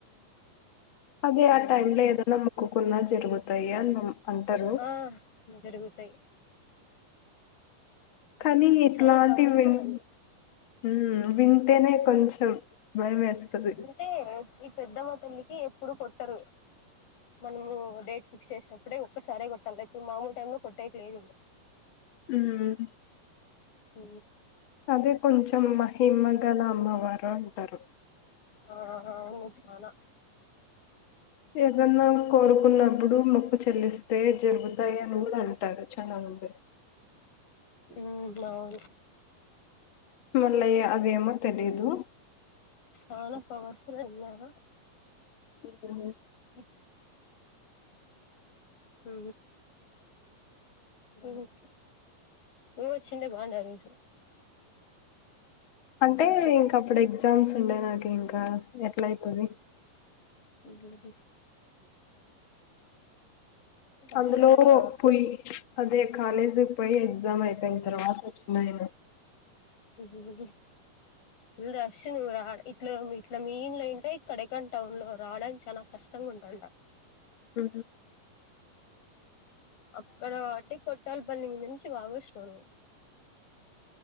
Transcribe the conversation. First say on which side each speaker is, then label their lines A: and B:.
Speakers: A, on the left (about 80°); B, on the left (about 65°).
A: అదే
B: ఉమ్
A: ఆ టైం లో ఏదైనా మొక్కుకొన్నా జరుగుతాయ ఆన్ అంటారు
B: ఆ జరుగుతాయి
A: కానీ ఇట్లాంటివి
B: చాలా పవర్ఫుల్
A: విన్
B: అండి
A: ఉమ్ వింటేనే కొంచెం భయం వేస్తది
B: అంటే ఈ పెద్దమ్మ తల్లికి ఇప్పుడు కొట్టరు మనము డేట్ ఫిక్స్ చేసినప్పుడే ఒక్కసారే కొట్టాలి రేపు మామూలు టైమ్ లో కొట్టేయకలేదు ఇప్పుడు
A: మ్మ్
B: ఓ
A: అదే కొంచెం మహిమ్మ గల అమ్మవారు అంటారు
B: ఆహా ఆవును చనా
A: ఏదన్నా కోరుకున్నప్పుడు మొక్కు చెల్లిస్త తే జరుగుతాయి అని కూడా అంటారు చాలా మంది
B: ఉ అవును
A: మళ్ళయ్య అదేమో తెలిదు
B: చాలా పవర్ఫుల్ ఆయా
A: అ
B: <inaudible> ఉ ను వ చిన్న బండవి
A: అంటే ఇంకా అప్పుడు ఎగ్జామ్స్ ఉండే నాకు ఇంకా ఎట్లా అయితుంది
B: ఉహు అస్సలుగా
A: అందులో పుయ్ అదే కాలేజీకి పోయి ఎగ్జామ్ అయిపోయిన తర్వాత వచ్చినయన
B: ఉ ఇ అస్ నువ్వు రా ఇట్ ఇట్ల మెయిన్లు అయింటేక్కడకాన్ టౌన్ లో రావడానికి చాలా కష్టం తంగా ఉంటాంట
A: ఉ
B: అక్కడ కటి కొట్టాల బల్ నిం పచ్చి మాగో విష్ణ